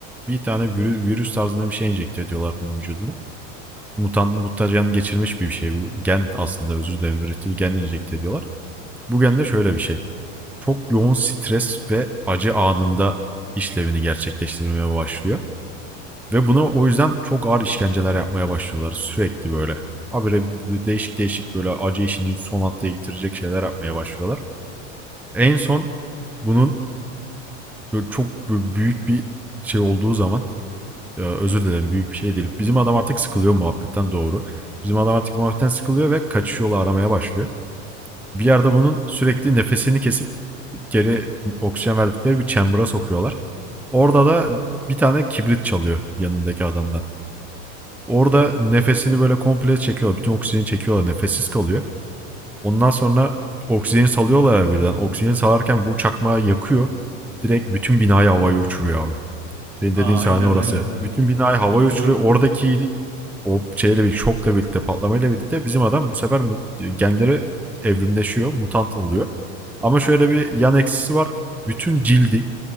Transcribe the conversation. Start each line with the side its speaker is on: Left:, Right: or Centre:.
Centre: Bir tane virü- virüs tarzında bir şey enjekte ediyorlar bunun vücuduna. Mutant mutajen geçirmiş bir şey bu. Gen aslında özür dilerim üretil gen enjekte ediyorlar. Bugün de şöyle bir şey. Çok yoğun stres ve acı anında işlevini gerçekleştirmeye başlıyor. Ve bunu o yüzden çok ağır işkenceler yapmaya başlıyorlar sürekli böyle. Habire değişik değişik böyle acı işini son haftaya getirecek şeyler yapmaya başlıyorlar. En son bunun çok büyük bir şey olduğu zaman e, özür dilerim büyük bir şey değil. Bizim adam artık sıkılıyor muhabbetten doğru. Bizim adam artık muhabbetten sıkılıyor ve kaçış yolu aramaya başlıyor. Bir yerde bunun sürekli nefesini kesip geri oksijen verdikleri bir chamber'a sokuyorlar. Orada da bir tane kibrit çalıyor yanındaki adamdan. Orada nefesini böyle komple çekiyorlar. Bütün oksijeni çekiyorlar. Nefessiz kalıyor. Ondan sonra oksijeni salıyorlar birden. Oksijeni salarken bu çakmağı yakıyor. Direkt bütün binayı havaya uçuruyor abi. Senin
Right: Aa
Centre: dediğin sahne
Right: aynen
Centre: orası.
Right: aynen.
Centre: Bütün binayı havaya
Right: Hatırladım.
Centre: uçuruyor. Oradaki o şeyle bir şokla birlikte, patlamayla birlikte bizim adam bu sefer mu- genleri evrimleşiyor, mutant oluyor. Ama şöyle bir yan eksisi var. Bütün cildi